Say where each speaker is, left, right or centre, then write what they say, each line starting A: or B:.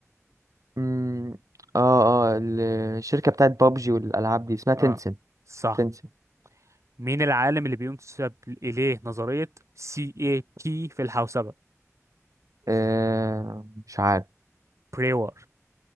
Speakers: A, on the right; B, on the right.
A: مم، اه اه ال- الشركه بتاعت بابجي والالعاب دي اسمها
B: اه
A: تنسن
B: صح
A: تنسن
B: مين العالم اللي بينسب إليه نظرية سي اي تي في الحوسبة
A: آه، مش عارف
B: بريور